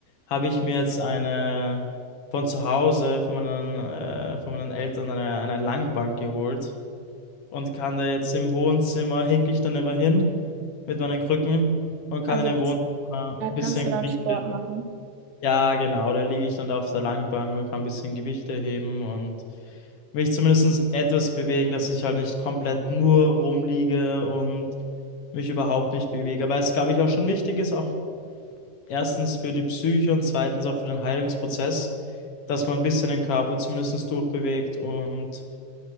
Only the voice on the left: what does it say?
habe ich mir jetzt eine von zu Hause, von meinen, äh, von meinen Eltern, eine, eine Langbank geholt und kann da jetzt im Wohnzimmer, hinke ich dann immer hin mit meinen Krücken und kann
in dem
Wohnzimmer
ein bisschen
Gewichte,
ja genau, da liege ich dann auf der Langbank und kann ein bisschen Gewichte heben und mich zumindest etwas bewegen, dass ich halt nicht komplett nur rumliege und mich überhaupt nicht bewege, weil es, glaube ich, auch schon wichtig ist, auch erstens für die Psyche und zweitens auch für den Heilungsprozess, dass man ein bisschen den Körper zumindest durchbewegt und